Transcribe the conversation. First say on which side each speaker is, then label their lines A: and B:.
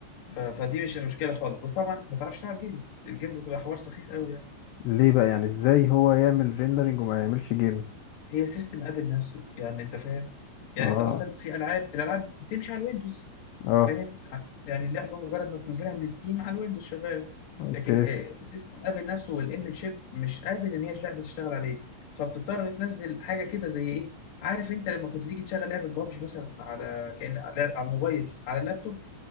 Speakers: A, on the left; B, on the left.
A: ف... فدي مش مشكلة خالص بس طبعا ما تعرفش تلعب جيمز الجيمز هتبقى حوار سخيف قوي يعني
B: ليه بقى يعني ازاي هو يعمل ريندرنج وما يعملش جيمز
A: هي سيستم ابل نفسه يعني انت فاهم يعني
B: اه
A: انت اصلا في العاب الالعاب بتمشي على الويندوز
B: اه
A: فاهم يعني اللعبه مجرد ما تنزلها من ستيم على الويندوز شغاله
B: اوكي
A: لكن آه، سيستم ابل نفسه والام شيب مش قابل ان هي اللعبه تشتغل عليه فبتضطر تنزل حاجه كده زي ايه عارف انت لما كنت تيجي تشغل لعبه بابجي مثلا على كأن على على الموبايل على اللابتوب